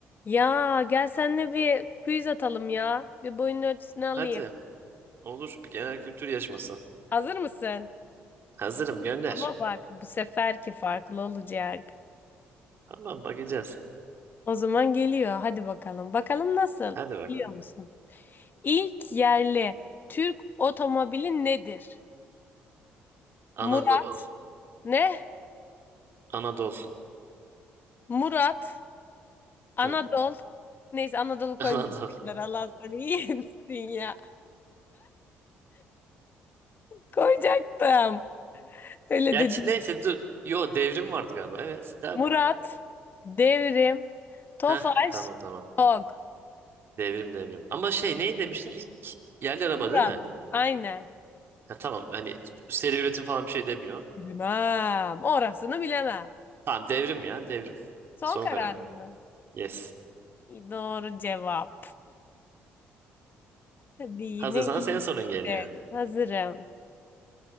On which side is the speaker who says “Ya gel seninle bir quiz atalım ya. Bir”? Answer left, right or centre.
Left